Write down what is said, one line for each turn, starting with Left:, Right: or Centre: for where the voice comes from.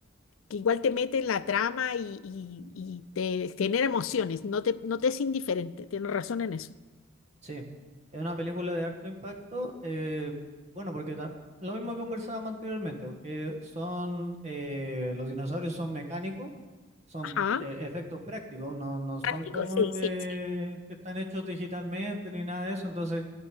Left: que igual te mete en la trama y, y- y te genera emociones, no te, no te es indiferente, tienes razón en eso.
Right: Sí, es una película de harto impacto, eh, bueno, porque tam- lo mismo que conversábamos anteriormente, que son, eh, los dinosaurios son mecánicos, son
Left: Ajá,
Right: eh, efectos prácticos, no, no son
Left: práctico,
Right: como
Left: sí,
Right: que,
Left: sí, sí.
Right: que están hechos digitalmente ni nada de eso, entonces...